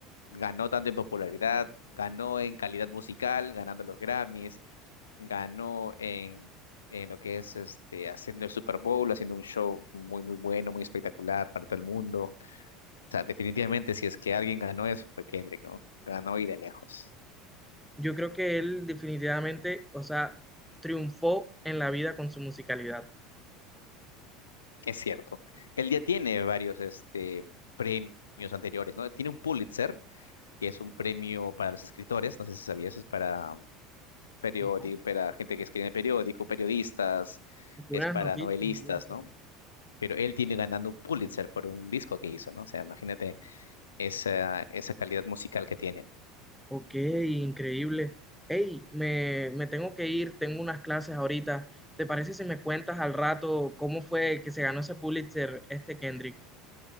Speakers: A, on the left (about 75°); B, in the centre.
A: ganó tanto en popularidad, ganó en calidad musical, ganando los Grammys, ganó en, en lo que es este, haciendo el Super Bowl, haciendo un show muy, muy bueno, muy espectacular para todo el mundo. O sea, definitivamente, si es que alguien ganó eso, fue Kendrick, ¿no? Ganó y de lejos.
B: Yo creo que él definitivamente, o sea, triunfó en la vida con su musicalidad.
A: Es cierto. Él ya tiene varios este, premios anteriores, ¿no? Tiene un Pulitzer, que es un premio para los escritores, no sé si sabías, es para periódico,
B: ¿no?
A: para gente que escribe en el periódico, periodistas,
B: Y puras
A: es para
B: noticias
A: novelistas,
B: y eso.
A: ¿no? Pero él tiene ganando un Pulitzer por un disco que hizo, ¿no? O sea, imagínate esa, esa calidad musical que tienen.
B: Ok, increíble. Hey, me, me tengo que ir, tengo unas clases ahorita. ¿Te parece si me cuentas al rato cómo fue que se ganó ese Pulitzer, este Kendrick?